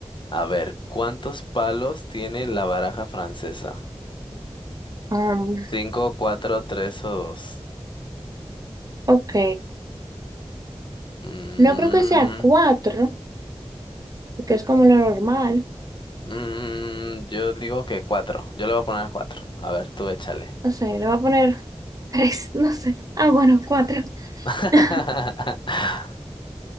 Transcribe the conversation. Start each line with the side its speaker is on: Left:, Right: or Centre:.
Left: A ver, ¿cuántos palos tiene la baraja francesa?
Right: um,
Left: ¿Cinco, cuatro, tres o dos?
Right: ok.
Left: Mm,
Right: No creo que sea cuatro, que es como lo normal.
Left: mm, yo digo que cuatro. Yo le voy a poner cuatro. A ver, tú échale.
Right: No sé, le voy a poner tres, <laughs> no sé. Ah, bueno, cuatro.
Left: <laughs>
Right: Ok,